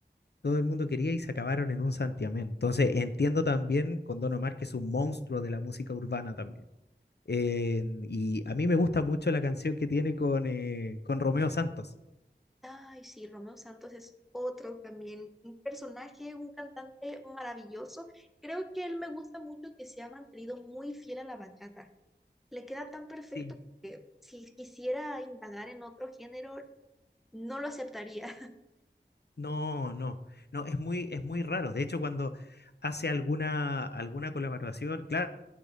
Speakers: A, on the left; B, in the centre.
A: todo el mundo quería y se acabaron en un santiamén. Entonces, entiendo también con Don Omar que es un monstruo de la música urbana también. Eh, y a mí me gusta mucho la canción que tiene con, eh, con Romeo Santos.
B: Ay, sí, Romeo Santos es otro también, un personaje, un cantante maravilloso. Creo que él me gusta mucho que se ha mantenido muy fiel a la bachata. Le queda tan perfecto.
A: Sí,
B: Si quisiera indagar en otro género, no lo aceptaría. <laughs>
A: No, no, no, es muy, es muy raro. De hecho, cuando hace alguna, alguna colaboración, claro,